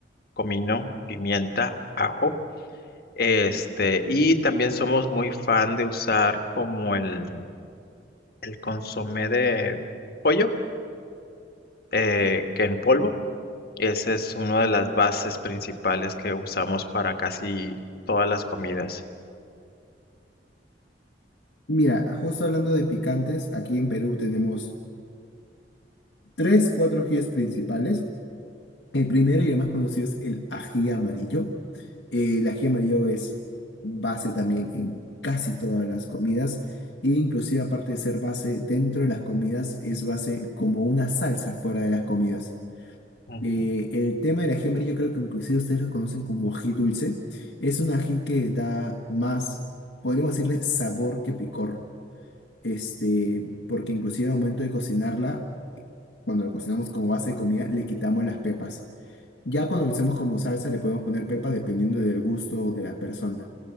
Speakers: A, on the left; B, on the left.
A: comino, pimienta, ajo. Este, y también somos muy fan de usar como el, el consomé de pollo, eh, que en polvo. Esa es una de las bases principales que usamos para casi todas las comidas.
B: Mira, justo hablando de picantes, aquí en Perú tenemos tres, cuatro ajíes principales. El primero y el más conocido es el ají amarillo. Eh, El ají amarillo es base también en casi todas las comidas e inclusive aparte de ser base dentro de las comidas es base como una salsa fuera de las comidas.
A: Ujú.
B: Eh, el tema del ají amarillo creo que inclusive ustedes lo conocen como ají dulce. Es un ají que da más, podríamos decirle, sabor que picor. Este, porque inclusive al momento de cocinarla, cuando lo cocinamos como base de comida, le quitamos las pepas. Ya cuando lo hacemos como salsa le podemos poner pepa dependiendo del gusto de la persona.